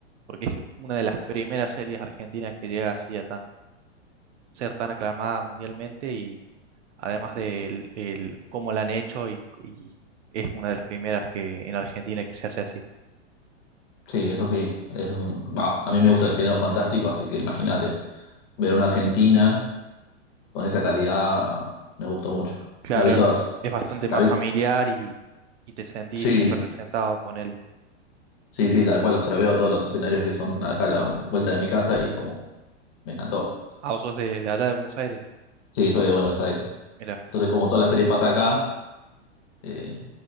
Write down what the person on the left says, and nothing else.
Sí, eso sí. Es un- bah, a mí me gusta el género fantástico, así que imagínate ver una Argentina. con esa calidad me gustó mucho.
La vi todas.
La vi,
sí,
sí, sí, tal cual. O sea, veo todos los escenarios que son acá a la vuelta de mi casa y como me encantó.
Sí, soy de Buenos Aires.
Entonces, como toda la serie pasa acá, eh,